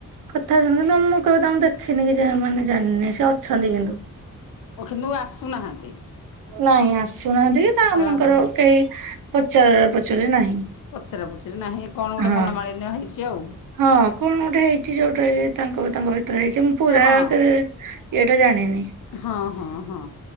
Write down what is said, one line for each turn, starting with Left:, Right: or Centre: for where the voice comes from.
Right: କଥା ହଉଚନ୍ତି କିନ୍ତୁ ମୁଁ କେବେ ତାଙ୍କୁ ଦେଖିନି କି ଜା ଜାଣିନି ମାନେ ସେ ଅଛନ୍ତି କିନ୍ତୁ।
Left: ଓ କିନ୍ତୁ ଆସୁନାହାନ୍ତି?
Right: ନାଇଁ ଆସୁନାହାନ୍ତି କି ତାଙ୍କର
Left: ଓହୋ
Right: କେହି ପଚାର ପଚାରୁ ନାହିଁ।
Left: ପଚରା ପୁଚୁରି ନାହିଁ କଣ ଗୋଟେ
Right: ହଁ
Left: ମନମାଳିନ୍ୟ ହେଇଛି ଆଉ।
Right: ହଁ କଣ ଗୋଟେ ହେଇଛି ଯୋଉଟା ତାଙ୍କ ତାଙ୍କ ଭିତ ହେଇଛି ମୁଁ ପୁରା
Left: ସେ ହଁ
Right: କେବେ ଇଏଟା ଜାଣିନି
Left: ହଁ ହଁ ହଁ